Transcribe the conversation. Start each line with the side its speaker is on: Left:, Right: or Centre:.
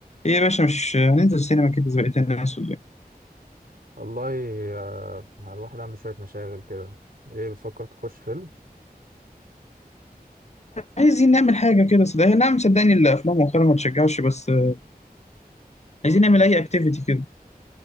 Left: ايه يا باشا مش هننزل سينما كده زي بقية الناس ولا ايه؟
Right: والله آه، الواحد عنده شوية مشاغل كده ايه بتفكر تخش فيلم
Left: عايزين نعمل حاجة كده صدقني نعم صدقني الأفلام مؤخرا ما تشجعش بس آه، عايزين نعمل أي أكتيفيتي كده